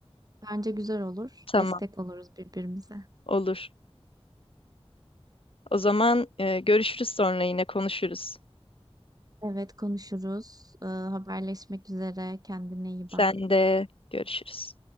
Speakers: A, on the right; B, on the left.
A: Bence güzel olur.
B: Tamam,
A: Destek oluruz birbirimize.
B: olur. O zaman e, görüşürüz sonra yine konuşuruz.
A: Evet konuşuruz. Ee, haberleşmek üzere. Kendine iyi
B: Sen
A: bak.
B: de görüşürüz.